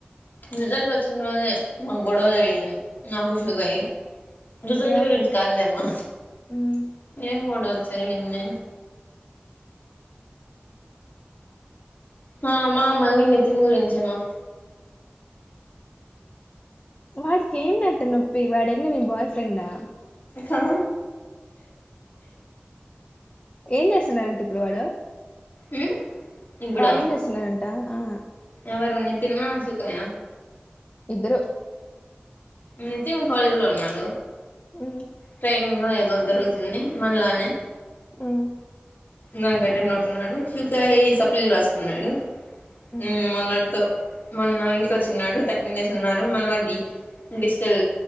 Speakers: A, on the left; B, on the left.
A: రిజల్ట్ వచ్చిన రోజే మాకు గొడవ జరిగింది నాకు షూగాయ్ రిజల్ట్
B: ఏమన్
A: గురించి కాదులేమ్మ
B: మ్మ్
A: ఏం గొడవ జరిగింది హా మా మల్ని నితిన్ గురించేమా
B: వాడికి ఏంటంట నొప్పి వాడేమన్న నీ బాయ్ ఫ్రెండా
A: కా
B: ఏం చేస్తున్నారంట ఇప్పుడు వాడు
A: ఉమ్ ఇప్పుడా
B: వాడేం చేస్తున్నాడంట ఆ
A: ఎవరు నితినా సుకయా
B: ఇద్దరు
A: నితిన్ కాలేజ్లో ఉన్నాడు.
B: మ్మ్
A: ట్రైనింగో ఏదో జరుగుతు తుంది మనలానే
B: మ్మ్
A: దానిక్ అటెండ్ అవుతున్నాడు. సుకాయ్ సప్లీల్ రాస్కున్నాడు.
B: మ్మ్
A: మ్ మొన్నట్తో మొన్న ఇంటికచ్చిన్నాడు థర్టీన్ డేస్ ఉన్నారు మళ్ళ డి డిజిటల్